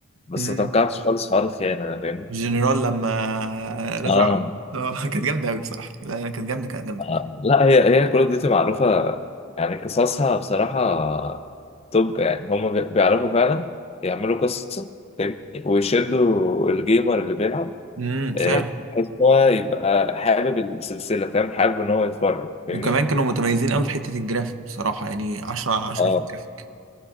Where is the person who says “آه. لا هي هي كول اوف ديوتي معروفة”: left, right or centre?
Left